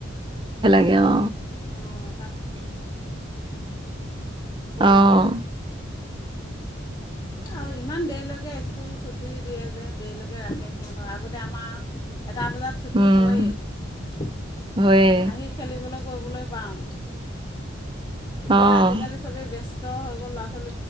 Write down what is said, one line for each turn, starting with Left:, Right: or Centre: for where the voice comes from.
Right: এ অ।
Left: অঁ পঢ়িবলে
Right: অ',
Left: আৰু ইমান দেৰিলৈকে স্কুল ছুটি দিয়ে যে, দেৰিলৈকে ৰাখে সিহঁতক আগতে আমাৰ। এটা বজাত ছুটি
Right: উম।
Left: হয়েই
Right: হয়ে
Left: আহি খেলিবলৈ কৰিবলৈ পাওঁ। এতিয়া
Right: অ',
Left: আজিকালি চবেই ব্যস্ত হৈ গল, ল